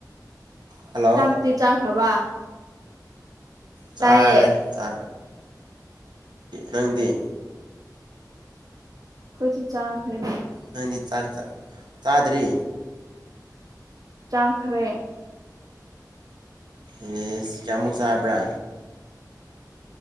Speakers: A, on the right; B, on the right.
A: ꯍꯜꯂꯣ
B: ꯆꯥꯛꯇꯤ ꯆꯥꯈ꯭ꯔꯕ
A: ꯆꯥꯔꯦ
B: ꯇꯥꯏꯌꯦ
A: ꯑ ꯅꯪꯗꯤ
B: ꯑꯩꯈꯣꯏꯁꯨ ꯆꯥꯈ꯭ꯔꯦꯗ
A: ꯅꯪꯗꯤ ꯆꯥꯛ ꯆꯥꯗ꯭ꯔꯤ
B: ꯆꯥꯈ꯭ꯔꯦ
A: ꯏꯁ ꯀꯌꯥꯃꯨꯛ ꯆꯥꯕ꯭ꯔꯥ